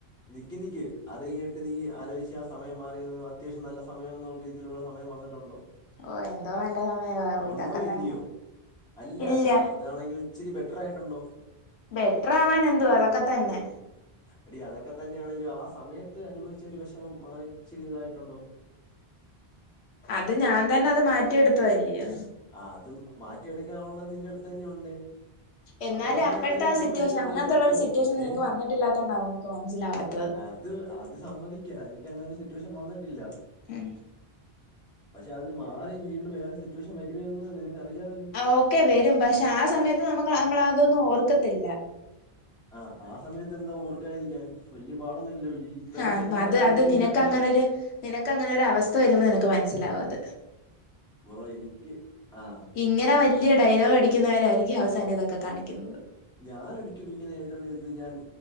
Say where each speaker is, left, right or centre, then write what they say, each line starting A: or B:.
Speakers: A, in the centre; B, on the left (about 90°).
A: നിക്ക് നിക്ക് അത് കഴിഞ്ഞിട്ട് നീ ആലോചിച്ച് ആ സമയം മാറിയ അത്യാവശ്യം നല്ല സമയം എന്നുള്ള രീതിയിലുള്ള സമയം വന്നി ട്ടുണ്ടോ.
B: ഓ എന്തോ നല്ല സമയവാ ഓ
A: ഉണ്ടോ
B: ഇതൊക്കെ
A: ഇല്ലയോ
B: തന്നെ
A: അല്ല
B: ഇല്ല
A: അ അതാണെങ്കിൽ. ഇച്ചിരി ബെറ്ററായിട്ടുണ്ടോ.
B: ബെട്ട്രർ ആവാൻ എന്തുവ അതൊക്കെ തന്നെ.
A: എടി അതൊക്കെ തന്നെയാണല്ലോ ആ സമയത്ത് അനുഭവിച്ച ഒരു വിഷമം മാറി ഇച്ചിരി ഇതായിട്ടുണ്ടോ.
B: അത് ഞാൻ തന്നെ അത് മാറ്റിയെടുത്തതല്ലിയോ.
A: ആഹ് അതും മാറ്റിയെടുക്കാനുള്ളത് നിന്റെ അടുത്ത് തന്നെ ഉണ്ട്.
B: എന്നാലും
A: അത് തന്നെയല്ലേ
B: അപ്പോഴത്തെ ആ
A: ബ്രോ
B: സിറ്റുവേഷൻ
A: ഏറ്റവും
B: അങ്ങനത്തുള്ള
A: വലിയ തത്വം
B: ഒരു സിറ്റുവേഷൻ നിനക്ക്
A: ഏ
B: വന്നിട്ടില്ലാത്തകൊണ്ടാ നിനക്ക് മനസ്സിലവാത്തെ
A: അത് അത് സമ്മതിക്ക എനിക്ക് അങ്ങനെരു സിറ്റുവേഷൻ വന്നിട്ടില്ല
B: മം
A: പക്ഷെ അത് മാറി വീണ്ടും വേറെ സിറ്റുവേഷൻ വരവന്ന് നിനക്കറിയാവേ
B: ഓക്കെ വരും പക്ഷെ ആ സമയത്ത് നമുക്ക് നമ്മള അതൊന്നും ഓർക്കത്തില്ല
A: അ ആ സമയത്ത് എന്താ ഓർക്കായിരിക്കാൻ വല്യ പാടൊന്നുമില്ലല്ലോ ഈ ഇത്രയും
B: ആഹ്
A: ചെയ്യാൻ
B: അത്
A: ആലോചിക്കുന്നതിന്റെ
B: അത് നിനക്ക്
A: അത്രയും
B: അങ്ങനെ ഒരു നിനക്ക് അങ്ങനെ ഒരു അവസ്ഥ വരുമ്പോ നിനക്ക് മനസ്സിലാവും അത്
A: ബ്രോ എനിക്ക് ആഹ്
B: ഇങ്ങനെ വലിയ ഡയലോഗ് അടിക്കുന്നവരായിയിരിക്കും അവസാനം ഇതൊക്കെ കാണിക്കുന്നത്
A: ഞാൻ ഒരിക്കലും ഇങ്ങനെ ഏതള്ളത് ഞാൻ